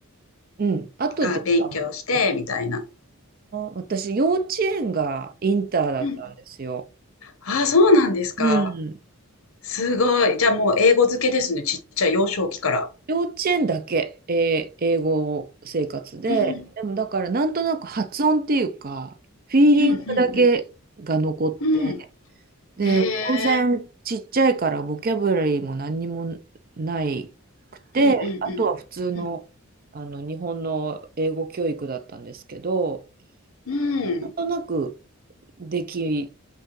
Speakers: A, on the right (about 45°); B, on the left (about 75°).
A: うん、後でかな、
B: あ、勉強して、みたいな。
A: 私、幼稚園がインターだったんですよ。
B: うん。あ、そうなんですか。
A: うん。
B: すごい。じゃあもう英語漬けですね。ちっちゃい幼少期から。
A: 幼稚園だけ、えー英語生活で、
B: うん、
A: でもだからなんとなく発音っていうか、フィーリングだけが残って、
B: うん、うん、うん。うん。
A: で、
B: へ
A: 当然ちっちゃいからボキャブラリーも何にもないくて、
B: え。うん、うん、
A: あとは普通の、
B: うん。
A: あの日本の英語教育だったんですけど、
B: うん。うん
A: なんとなくでき、